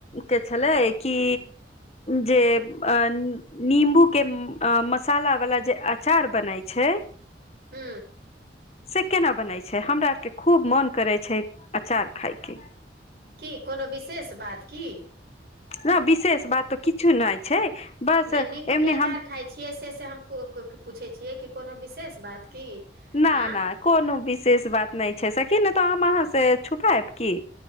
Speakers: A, on the left; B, on the right.
A: के छलै कि जे नींबू के मसाला वाला जे अचार बनाइ छै
B: हू
A: से केना बनैत छै हमरा आरके खूब मन करैत छै अचार खाायके
B: की कोनो विशेष बात की
A: नहि विशेष बात तऽ किछु नहि छै बस
B: नहि नमबू
A: एमनी
B: के अचार
A: हम
B: खााय छियै से से हम पूछै छियै कि कोनो विशेष बात की
A: नहि
B: आँ
A: नहिा कोनो विशेष बात नहि छै सकी ने तऽ हम अहाँ से छुपायब की